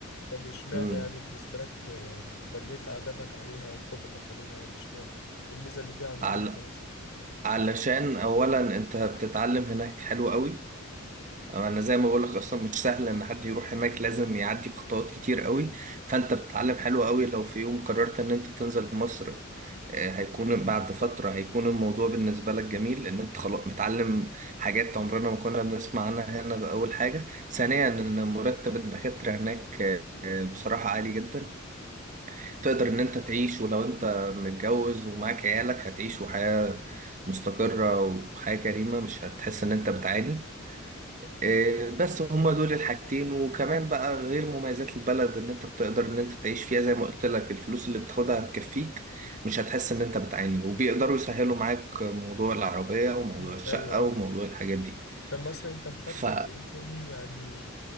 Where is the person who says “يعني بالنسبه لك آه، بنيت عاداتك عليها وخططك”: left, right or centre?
Left